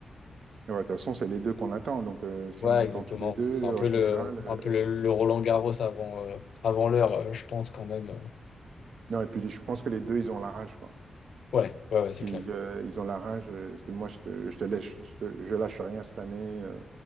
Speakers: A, on the right; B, on the left.
A: Mais ouais, de toute façon, c'est les deux qu'on attend. Donc, euh, si
B: Ouais,
A: on attend
B: exactement.
A: tous les deux,
B: C'est un peu
A: en général.
B: le,
A: euh,
B: un peu le, le Roland Garros avant, euh, avant l'heure, euh, je pense, quand même.
A: Non, et puis je pense que les deux, ils ont la rage, quoi.
B: Ouais, ouais, ouais, c'est
A: Qu'ils,
B: clair.
A: euh, Ils, ont la rage. euh, c'est- moi, je te, je te laisse je, te- je lâche rien cette année. euh,